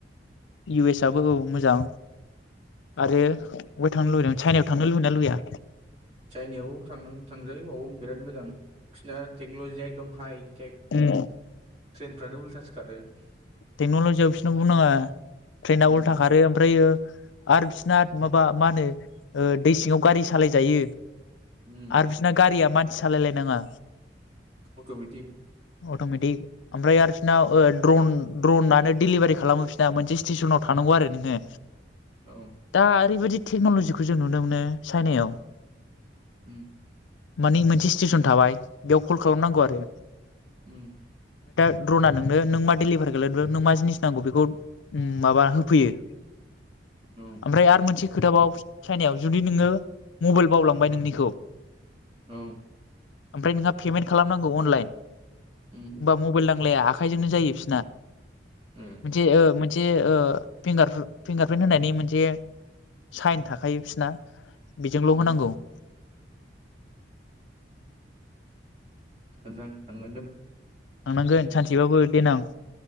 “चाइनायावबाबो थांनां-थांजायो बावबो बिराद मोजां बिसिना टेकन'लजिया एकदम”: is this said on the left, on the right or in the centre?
Right